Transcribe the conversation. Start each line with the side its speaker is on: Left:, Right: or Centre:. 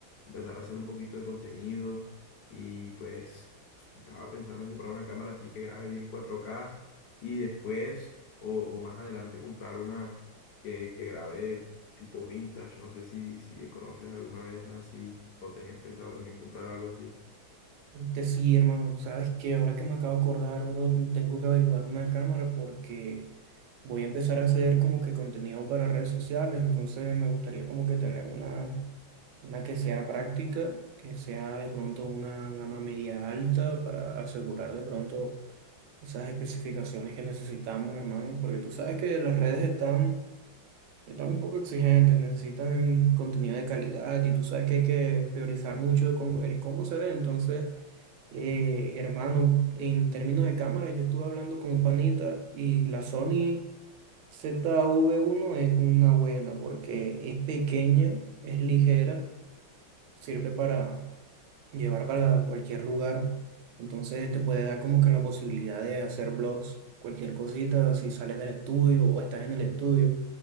Left: empezar a hacer un poquito de contenido y pues estaba pensando en comprar una cámara así que grabe bien cuatro k y después o, o más adelante comprar una que, que grabe tipo vintage. No sé si, si conoces alguna de esas así o tenías pensado también comprar algo así.
Right: Este sí, hermano, tú sabes que ahora que me acabo de acordar, bro, tengo que averiguar una cámara porque voy a empezar a hacer como que contenido para redes sociales, entonces me gustaría como que tener una. Una que sea práctica, que sea de pronto una gama media alta para asegurar de pronto esas especificaciones que necesitamos, hermano, porque tú sabes que las redes están, están un poco exigentes, necesitan contenido de calidad y tú sabes que hay que priorizar mucho cómo- el cómo se ve. Entonces, eh, hermano, en términos de cámara, yo estuve hablando con un panita y la Sony ZV-1 es una buena porque es pequeña, es ligera, sirve para llevar para cualquier lugar. Entonces te puede dar como que la posibilidad de hacer blogs, cualquier cosita, si sales del estudio o estás en el estudio,